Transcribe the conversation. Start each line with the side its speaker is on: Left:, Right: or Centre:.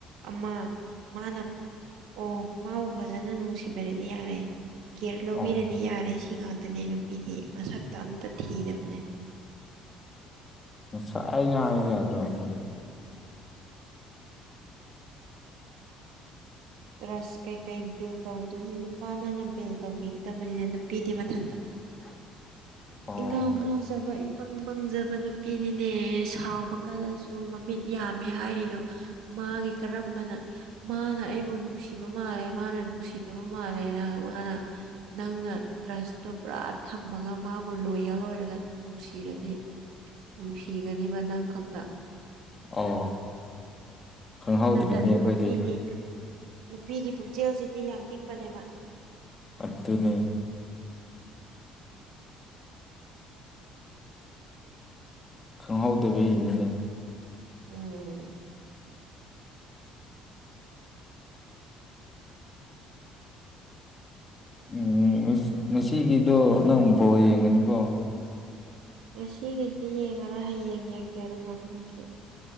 Right: ꯑꯃ ꯃꯥꯅ ꯑꯣ ꯃꯥꯕꯨ ꯐꯖꯅ ꯅꯨꯡꯁꯤꯕꯤꯔꯗꯤ ꯌꯥꯔꯦ ꯀꯦꯌꯔ ꯂꯧꯕꯤꯔꯗꯤ
Left: ꯑꯣ
Right: ꯌꯥꯔꯦ ꯁꯤ ꯉꯥꯛꯇꯅꯦ ꯅꯨꯄꯤꯗꯤ ꯃꯁꯛꯇ ꯑꯝꯇ ꯊꯤꯗꯕꯅꯦ
Left: ꯁꯥꯏꯅ ꯍꯥꯏꯕ ꯆꯍꯄꯗ꯭ꯔꯣ ꯑꯗꯨꯗꯤ
Right: ꯇ꯭ꯔꯁ ꯀꯩꯀꯩ ꯕꯤꯜ ꯇꯧꯕꯗꯨꯗꯤ ꯅꯨꯄꯥ ꯅꯪꯅ ꯕꯤꯜ ꯇꯧꯕꯤꯒꯗꯕꯅꯤꯅ ꯅꯨꯄꯤꯗꯤ ꯃꯊꯟꯇ
Left: <inaudible> ꯑꯣ
Right: ꯏꯪꯉꯥꯎ ꯉꯥꯎꯖꯕ ꯏꯄꯪ ꯄꯪꯖꯕ ꯅꯨꯄꯤꯅꯤꯅꯦ ꯁꯥꯎꯕ ꯀꯂꯁꯨ ꯃꯃꯤꯠ ꯌꯥꯝꯃꯦ ꯍꯥꯏꯔꯤꯗꯣ ꯃꯥꯒꯤ ꯀꯔꯝꯕꯅ ꯃꯥꯅ ꯑꯩꯕꯨ ꯅꯨꯡꯁꯤꯕ ꯃꯥꯜꯂꯦ ꯃꯥꯅ ꯅꯨꯡꯁꯤꯗꯕ ꯃꯥꯜꯂꯦꯅ ꯃꯥꯅ ꯅꯪꯅ ꯇ꯭ꯔꯁꯇꯣ ꯄꯨꯔꯥ ꯊꯝꯃꯒ ꯃꯥꯕꯨ ꯂꯣꯌꯦꯜ ꯑꯣꯏꯔꯒ ꯅꯨꯡꯁꯤꯔꯗꯤ ꯅꯨꯡꯁꯤꯒꯅꯦꯕꯥꯥꯥ ꯅꯪ ꯈꯛꯇ
Left: ꯑꯣ ꯈꯪꯍꯧꯗ꯭ꯔꯤꯅꯦ
Right: ꯅꯠꯇꯗꯤ
Left: ꯑꯩꯈꯣꯏꯗꯤ
Right: ꯅꯨꯄꯤꯗꯤ ꯅꯨꯄꯤꯒꯤ ꯄꯨꯛꯆꯦꯜꯁꯤꯗꯤ ꯌꯥꯝ ꯄꯤꯛꯄꯅꯦꯕ
Left: ꯑꯗꯨꯅꯦ ꯈꯪꯍꯧꯗꯕꯒꯤꯅꯤꯅꯦ
Right: ꯎꯝ
Left: ꯎꯝ ꯉꯁꯤꯒꯤꯗꯣ ꯅꯪ ꯕꯣꯝ ꯌꯦꯡꯒꯅꯤꯀꯣ
Right: ꯉꯁꯤꯒꯤꯗꯤ ꯌꯦꯡꯉꯔꯣ ꯍꯌꯦꯡ ꯌꯦꯡꯒꯦ ꯔꯣꯅꯥꯟꯗꯣꯒꯤ